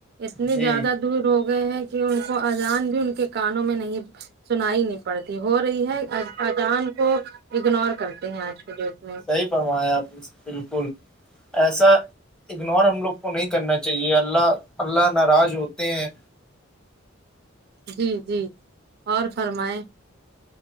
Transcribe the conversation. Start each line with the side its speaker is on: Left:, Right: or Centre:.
Right: اتنی
Centre: جی
Right: زیادہ دور ہو گئے ہیں کہ ان کو اجان بھی ان کے کانوں میں نہیں سنائی نہیں پڑتی ہو رہی ہے اچان کو اگنور کرتے ہیں آج کے ڈیٹ میں
Centre: بمایا بالکل ایسا اگنور ہم لوگ کو نہیں کرنا چاہیے اللہ اللہ ناراض ہوتے ہیں
Right: جی جی اور فرمائیں